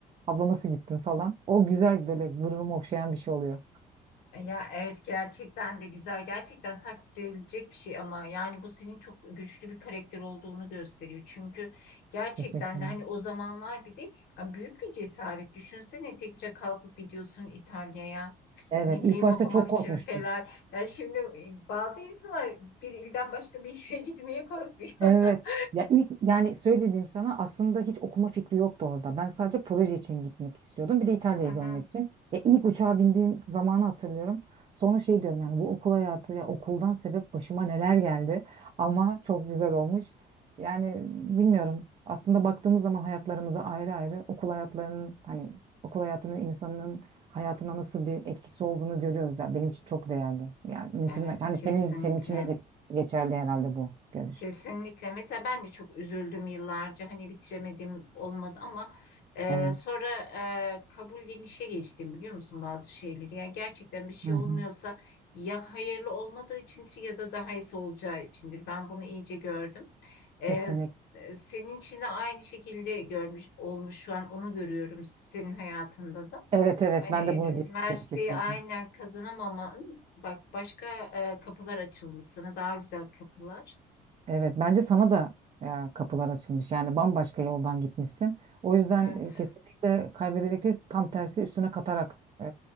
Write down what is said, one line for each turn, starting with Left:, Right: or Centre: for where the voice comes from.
Right: Abla nasıl gittin falan. O güzel böyle gururumu okşayan bir şey oluyor.
Left: E, Ya evet gerçekten de güzel gerçekten takdir edilecek bir şey ama yani bu senin çok güçlü bir karakter olduğunu gösteriyor. Çünkü gerçekten
Right: Teşekkür ederim.
Left: de hani o zamanlar bir de ya büyük bir cesaret düşünsene tek başına kalkıp gidiyorsun İtalya'ya
Right: Evet
Left: ne bileyim
Right: ilk başta
Left: okumak
Right: çok
Left: için
Right: korkmuştum.
Left: falan. Yani şimdi e, bazı insanlar bir ilden başka bir yere <laughs> gitmeye korkuyor.
Right: Evet.
Left: <laughs>
Right: Ya ilk yani söylediğim sana aslında hiç okuma fikri yoktu orada. Ben sadece proje için gitmek istiyordum. Bir de İtalya'yı
Left: Hı hı.
Right: görmek için. Ya ilk uçağa bindiğim zamanı hatırlıyorum. Sonra şey diyorum yani bu okul hayatı ya okuldan sebep başıma neler geldi. Ama çok güzel olmuş. Yani bilmiyorum. Aslında baktığımız zaman hayatlarımıza ayrı ayrı okul hayatlarının hani okul hayatının insanın hayatına nasıl bir etkisi olduğunu görüyoruz. Yani benim için çok değerli. Yani mümkün.
Left: Evet
Right: Hani
Left: kesinlikle.
Right: senin senin için de ge- geçerli herhalde bu görüş.
Left: Kesinlikle. Mesela ben de çok üzüldüm yıllarca. Hani bitiremedim olmadı ama e,
Right: Evet.
Left: sonra e, kabullenişe geçtim biliyor musun bazı şeyleri. Yani gerçekten bir şey
Right: Hı hı.
Left: olmuyorsa ya hayırlı olmadığı içindir ya da daha iyisi olacağı içindir. Ben bunu iyice gördüm. E,
Right: Kesinlikle.
Left: e, senin için de aynı şekilde görmüş olmuş şu an onu görüyorum senin hayatında da.
Right: Evet evet
Left: Hani
Right: ben
Left: ü-
Right: de bunu diyebilirim
Left: üniversiteyi
Right: kesinlikle.
Left: aynen kazanamaman bak başka e, kapılar açılmasını daha güzel kapılar.
Right: Evet bence sana da ya, kapılar açılmış. Yani bambaşka yoldan gitmişsin. O yüzden
Left: Evet.
Right: e, kesinlikle kaybederek değil tam tersi üstüne katarak e,